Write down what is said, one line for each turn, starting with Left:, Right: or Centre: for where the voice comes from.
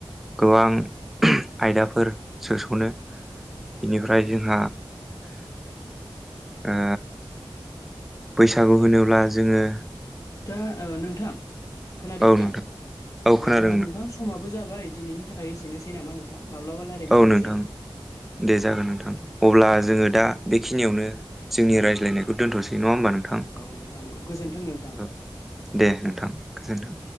Centre: गोबां आयदाफोर सोस'नो बेनिफ्राय जोंहा ओ बैसागु होनोब्ला जोंङो
Left: दा ओ नोंथां खोनादों
Centre: औ नोंथां
Left: ना
Centre: औ
Left: ओ
Centre: खोनादों
Left: जोंहा नोंथां समाबो जाबाय दिनैनि थाखाय एसेनोसै नामा नोंथां माब्लाबा रायज्लायफिननोसै
Centre: औ नोंथां दे जागोन नोंथां अब्ला
Left: औ
Centre: जोंङो दा बेखिनियावनो जोंनि
Left: औ
Centre: रायज्लायनायखौ दोनथ'सै नङा होमबा नोंथां
Left: औ नोंथां औ गोजोन्थों नोंथां।
Centre: औ दे नोंथां गोजोनथों